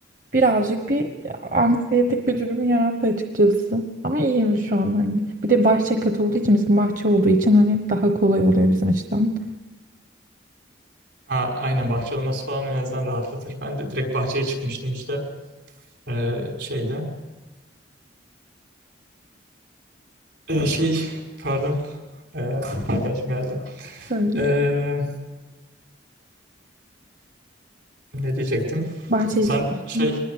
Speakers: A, on the right (about 45°); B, on the right (about 70°).
A: birazcık bir anksiyetik bir durum yarattı açıkçası. Ama iyiyim şu an hani. Bir de bahçe katı olduğu için bizim bahçe olduğu için hani daha kolay oluyor bizim açıdan.
B: Ha, aynen bahçe olması falan en azından rahatlatır. Ben de direkt bahçeye çıkmıştım işte Ee, şeyde. Ee, şey pardon Ee, arkadaşım geldi.
A: Sonra
B: Ee, ne diyecektim?
A: bahçeye
B: Sen
A: çıkmıştım.
B: şey